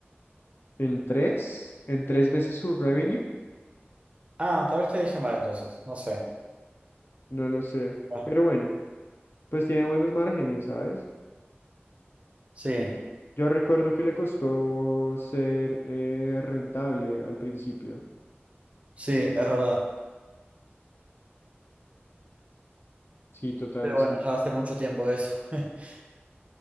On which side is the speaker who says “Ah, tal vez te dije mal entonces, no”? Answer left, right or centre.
Right